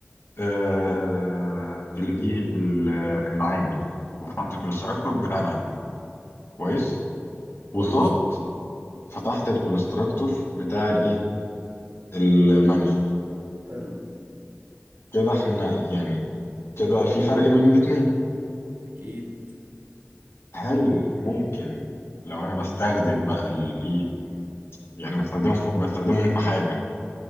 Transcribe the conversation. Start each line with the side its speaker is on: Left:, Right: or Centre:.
Left: آه الايه ال- العامل وفتحت الكونستراكتور بتاع العامل كويس
Right: كويس
Left: وصاد فتحت الكونستراكتور بتاع الايه المانجر
Right: حلو
Left: كده احنا يعني كده في فرق بين الاثنين
Right: اكيد
Left: هل ممكن لو انا بستخدم بقى الايه يعني بستخدمه في بستخدمهم في حاجه